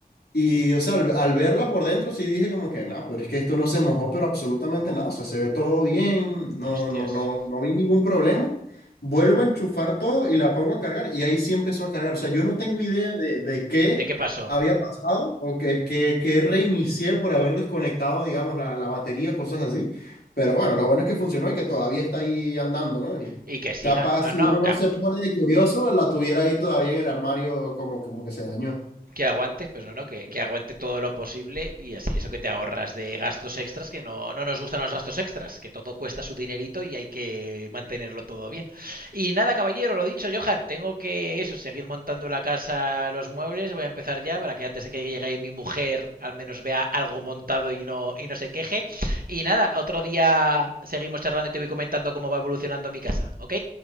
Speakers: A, on the left; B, on the right.
A: y, o sea, al, al verla por dentro sí dije como que, no, pero es que esto no se mojó, pero absolutamente nada. O sea, se ve todo bien, no,
B: hostias
A: no, no, no vi ningún problema. Vuelvo a enchufar todo y la pongo a cargar y ahí sí empezó a cargar. O sea, yo no tengo idea de, de qué
B: de qué pasó
A: había pasado o que, que, que reinicié por haber desconectado, digamos, la, la batería, cosas así. Pero bueno, lo bueno es que funcionó y que todavía está ahí andando, ¿no? Y
B: y que siga
A: capaz
B: no
A: si
B: no
A: uno no
B: claro,
A: se pone de curioso, la tuviera ahí todavía en el armario como, como que se dañó.
B: que aguantes, pues no, no, que, que, aguante todo lo posible y así eso que te ahorras de gastos extras, que no, no nos gustan los gastos extras, que todo cuesta su dinerito y hay que mantenerlo todo bien. Y nada, caballero, lo dicho, Johan, tengo que eso, seguir montando la casa, los muebles, voy a empezar ya para que antes de que llegue mi mujer al menos vea algo montado y no, y no se queje. Y nada, otro día seguimos charlando y te voy comentando cómo va evolucionando mi casa, ¿ok?